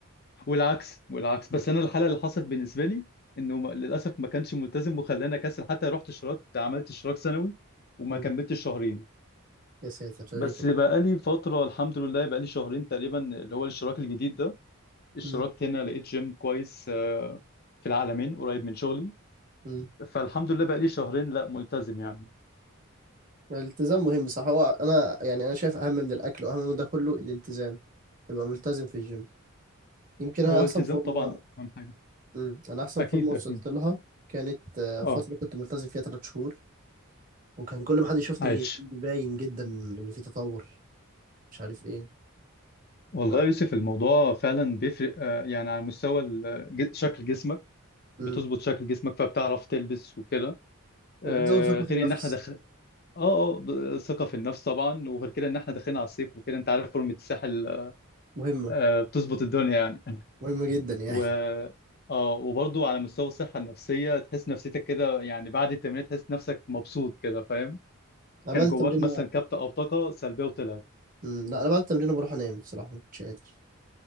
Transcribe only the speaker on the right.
مم.
يا ساتر ده
ليه كده
مم.
مم.
الالتزام مهم صح هو انا يعني انا شايف اهم من الاكل واهم من ده كله الالتزام تبقى ملتزم في الجيم يمكن انا
احسن
فورمه
مم. انا احسن
فورمه وصلت
لها كانت آه، فتره
كنت ملتزم فيها ثلاث شهور وكان كل ما حد يشوفني
يقول لي باين جدا ان في تطور مش عارف ايه
ف...
مم.
وبتزود
ثقه
في النفس
مهمه
مهمه جدا يعني
<laughs> انا
بعد التمرين
مم. لا انا بعد التمرين بروح انام بصراحه ما كنتش قادر